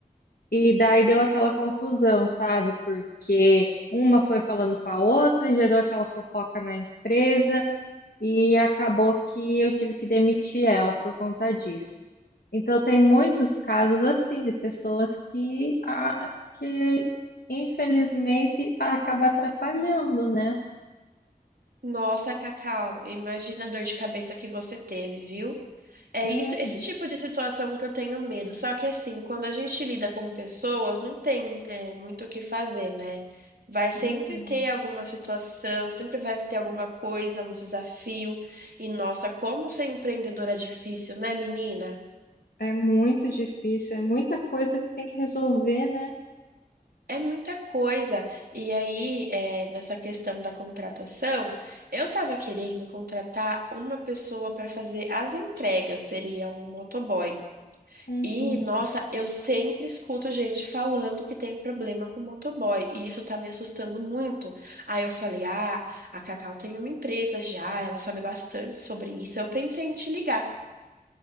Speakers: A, on the left; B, on the right.
A: E daí deu aquela confusão, sabe? Porque uma foi falando pra outra e gerou aquela fofoca na empresa e acabou que eu tive que demitir ela por conta disso. Então, tem muitos casos assim de pessoas que, ah, que infelizmente, acaba atrapalhando, né?
B: Nossa, Cacau, imagina a dor de cabeça que você teve, viu? É
A: Uhum,
B: isso, esse tipo de situação que eu tenho medo. Só que assim, quando a gente lida com pessoas, não tem, é, muito o que fazer, né? Vai sempre
A: uhum.
B: ter alguma situação, sempre vai ter alguma coisa, um desafio. E nossa, como ser empreendedora é difícil, né, menina?
A: É muito difícil, é muita coisa que tem que resolver, né?
B: É muita coisa. E aí, é, nessa questão da contratação, eu estava querendo contratar uma pessoa para fazer as entregas, seria um motoboy.
A: Uhum.
B: E, nossa, eu sempre escuto gente falando que tem problema com motoboy, e isso tá me assustando muito. Aí eu falei: ah, a Cacau tem uma empresa já, ela sabe bastante sobre isso. Eu pensei em te ligar.